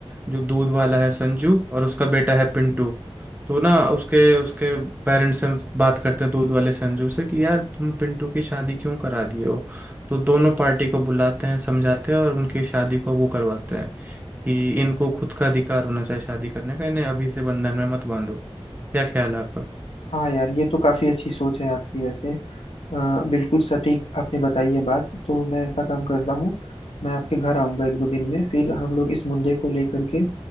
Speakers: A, on the right; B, on the left.
A: जो दूध वाला है संजू और उसका बेटा है पिंटू तो ना उसके उसके पेरेंट्स से हम बात करते हैं दूध वाले संजू से कि यार तुम पिंटू की शादी क्यों करा दिए हो तो दोनों पार्टी को बुलाते हैं समझाते हैं और उनकी शादी को वो करवाते हैं कि इनको खुद का अधिकार होना चाहिए शादी करने का इन्हें अभी से बंधन में मत बांधो क्या ख्याल है आपका
B: हाँ यार ये तो काफी अच्छी सोच है आपकी वैसे अ, बिल्कुल सटीक आपने बताई है बात तो मैं ऐसा काम करता हूँ मैं आपके घर आऊंगा एक दो दिन में फिर हम लोग इस मुद्दे को लेकर के